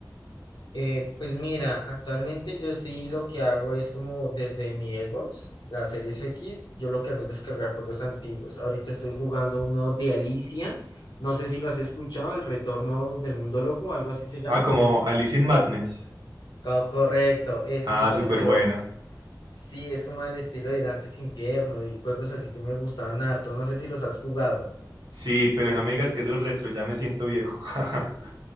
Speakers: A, on the left; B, on the right.
A: Eh, pues mira, actualmente yo sí lo que hago es como desde mi Xbox, la Series X, yo lo que hago es descargar juegos antiguos. Ahorita estoy jugando uno de Alicia, no sé si lo has escuchado, El Retorno del Mundo Loco, algo así se llama.
B: Ah, como Alice in Madness.
A: Co- correcto, ese
B: Ah,
A: me pareció,
B: súper buena.
A: sí, es como al estilo de Dantes Infierno y juegos así que me gustaban harto, no sé si los has jugado.
B: Sí, pero no me digas que eso es retro, ya me siento viejo. <laughs>